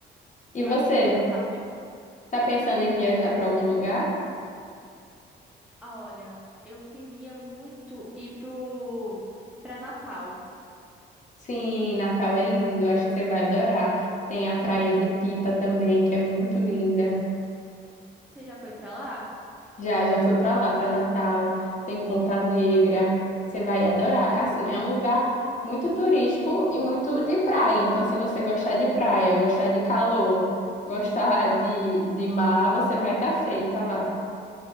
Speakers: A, on the left (about 40°); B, in the centre.
A: E
B: Eu
A: você,
B: acho que você vai gostar muito.
A: tá pensando em viajar para algum lugar?
B: Olha, eu queria muito ir pro para Natal.
A: Sim, Natal é lindo, eu acho que você vai adorar. Tem a Praia de Pipa também, que é muito linda.
B: Você já foi pra lá?
A: Já, já foi para lá, para Natal. Tem Ponta Negra. Você vai adorar. É assim, é um lugar muito turístico e muito de praia. Então, se você gostar de praia, gostar de calor, gostar de, de mar, você vai estar feita lá.